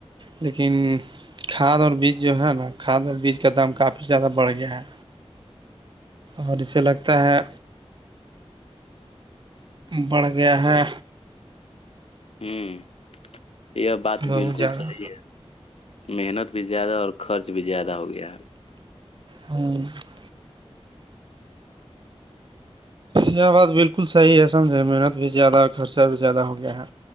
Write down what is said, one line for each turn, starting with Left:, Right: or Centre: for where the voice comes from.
Right: لیکن کھاد اور بیج جو ہے نا کھاد اور بیج کا دام کافی زیادہ بڑھ گیا ہے اور اسے لگتا ہے بڑھ گیا ہے
Left: ہوں یہ بات
Right: بہت
Left: بالکل
Right: زیادہ
Left: صحیح ہے محنت بھی زیادہ اور خرچ بھی زیادہ ہو گیا ہے
Right: اور <unintelligible> یہ بات بالکل صحیح ہے سمجھے محنت بھی زیادہ اور خرچہ بھی زیادہ ہو گیا ہے